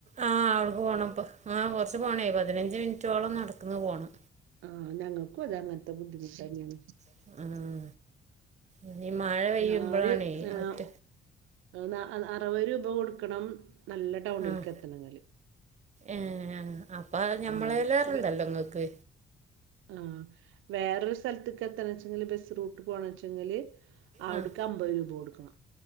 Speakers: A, on the right; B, on the right.
A: ആഹ് അവർക്ക് പോണപ്പം ആഹ് കുറച്ച് പൊണേ പതിനഞ്ച് മിനിറ്റോളം നടക്കന്ന് പോണം
B: ആഹ് ഞങ്ങക്കു അതെ അങ്ങനൻത്തെ ബുദ്ധിമുട്ട്ന്നെണ്
A: ആഹ് ഇനി മഴ പെയ്യുമ്പഴാണേ
B: നാല് ഏഹ്
A: ഒറ്റ
B: നാ ന അറുപത് രൂപ കൊടുക്കണം നല്ല ടൗണിൽക്ക്
A: ആഹ്
B: എത്തണെങ്കില്
A: ഏഹ് അപ്പ ഞമ്മളെല്ലേറണ്ടല്ലോ
B: ഉം വെ
A: ങ്ങൾക്ക്
B: ആഹ് വേറൊരു സ്ഥലത്ക് എത്തണച്ചെങ്കില് ബസ് റൂട്ട് പോണ വെച്ചെങ്കിൽ അവിട്ക്ക്
A: ആഹ്
B: അം മ്പഹ് രൂപം കൊടുക്കണം